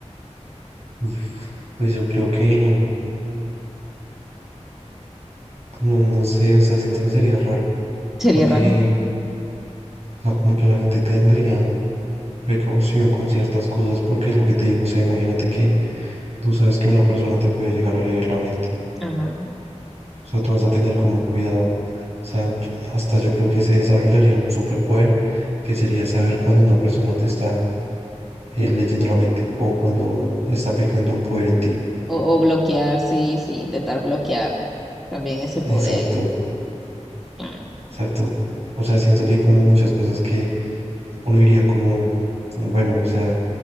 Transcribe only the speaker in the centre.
<laughs> Sería
raro.
Ajá.
O, o bloquear, sí, sí, intentar bloquear también ese poder,
claro,